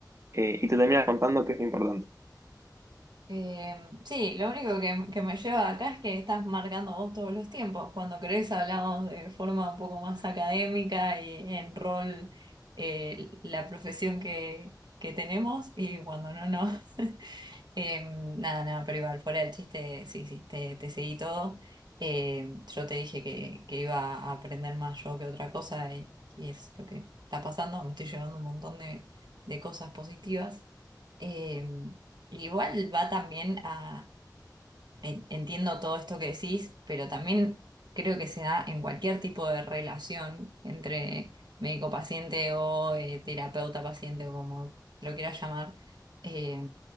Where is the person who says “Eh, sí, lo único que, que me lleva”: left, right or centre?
Right